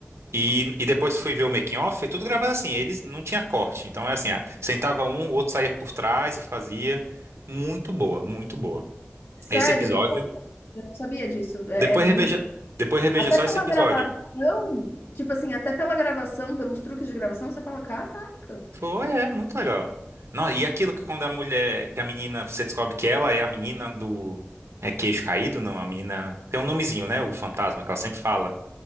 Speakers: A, on the right; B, on the left.
A: E, e depois fui ver o making off, foi tudo gravado assim, eles não tinha corte. Então é assim, ah, sentava um, o outro saía por trás e fazia. Muito boa, muito boa.
B: Sério,
A: Esse episódio,
B: não sabia. Eu não sabia disso. É,
A: depois
B: é muito.
A: reveja, depois reveja
B: Até
A: só
B: pela
A: esse episódio.
B: gravação, tipo assim, até pela gravação, pelos truques de gravação, você fala, caraca.
A: Foi, é muito legal. Não, e aquilo que quando a mulher, que a menina, você descobre que ela é a menina do. É queixo caído? Não, a menina. Tem um nomezinho, né? O fantasma, que ela sempre fala.